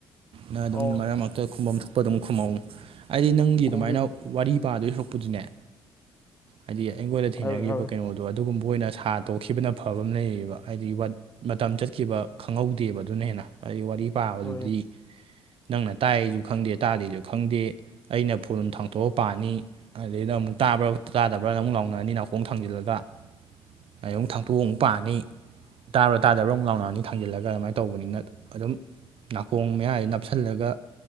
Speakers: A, on the right; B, on the left.
A: ꯅꯪ ꯑꯗꯨꯝ
B: ꯑꯧ
A: ꯃꯔꯝ ꯈꯨꯝꯐꯝ ꯊꯣꯛꯄ ꯑꯗꯨꯝ ꯈꯨꯝꯃꯧ ꯍꯥꯏꯗꯤ ꯅꯪꯒꯤ
B: ꯈꯣꯡꯖꯦ
A: ꯑꯗꯨꯃꯥꯏꯅ꯫ ꯋꯥꯔꯤ ꯄꯥꯗꯣꯏ ꯁꯔꯛꯄꯗꯨꯅꯦ ꯍꯥꯏꯗꯤ ꯑꯩꯉꯣꯟꯗ ꯊꯦꯡꯅꯈ꯭ꯔꯤꯕ
B: ꯍꯥꯏꯔꯨꯔꯦ ꯍꯥꯏꯔꯨꯔꯦ
A: ꯀꯩꯅꯣꯗꯣ ꯑꯗꯨꯒꯨꯝꯕ ꯑꯣꯏꯅ ꯁꯥ ꯇꯧꯗ ꯈꯤꯕꯅ ꯐꯕ ꯑꯃ ꯂꯩꯌꯦꯕ ꯍꯥꯏꯗꯤ ꯃꯇꯝ ꯆꯠꯈꯤꯕ ꯈꯪꯍꯧꯗꯦꯕ ꯑꯗꯨꯅ ꯍꯦꯟꯅ ꯍꯥꯏꯗꯤ ꯋꯥꯔꯤ ꯄꯥꯕꯗꯨꯗꯤ
B: ꯍꯣꯏ
A: ꯅꯪꯅ ꯇꯥꯏꯌꯦꯁꯨ ꯈꯪꯗꯦ ꯇꯥꯗꯦꯁꯨ ꯈꯪꯗꯦ ꯑꯩꯅ ꯐ‌ꯣꯟ ꯊꯥꯡꯇꯣꯛꯑ ꯄꯥꯅꯤ ꯑꯗꯩꯗ ꯑꯃꯨꯛ ꯇꯥꯕ꯭ꯔꯥ ꯇꯥꯗꯕ꯭ꯔꯥꯅ ꯑꯃꯨꯛ ꯂꯥꯎꯅꯔꯅꯤ ꯅꯥꯀꯣꯡ ꯊꯥꯡꯖꯤꯜꯂꯒ ꯑꯑꯩ ꯑꯃꯨꯛ ꯊꯥꯡꯇꯣꯛꯑ ꯑꯃꯨꯛ ꯄꯥꯅꯤ ꯇꯥꯕꯔ ꯇꯥꯗꯕ꯭ꯔꯣ ꯑꯃꯨꯛ ꯂꯥꯎꯅꯥꯑꯅꯤ ꯊꯥꯡꯖꯤꯜꯂꯒ ꯑꯗꯨꯃꯥꯏꯅ ꯇꯧꯕꯅꯤꯅ ꯑꯗꯨꯝ ꯅꯥꯀꯣꯡ ꯃꯌꯥꯏꯁꯦ ꯅꯞꯁꯤꯜꯂꯒ꯫